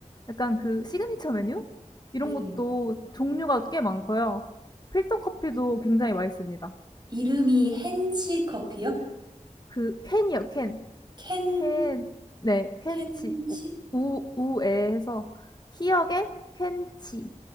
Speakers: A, on the left; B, on the right.
A: 약간 그 시그니처 메뉴? 이런
B: 네.
A: 것도 종류가 꽤 많고요. 필터 커피도 굉장히 맛있습니다.
B: 이름이 헨치 커피요?
A: 그 캔이요, 캔.
B: 켄,
A: 캔 네 켄치
B: 켄치?
A: 우 우 우에 해서 "희역의 켄치."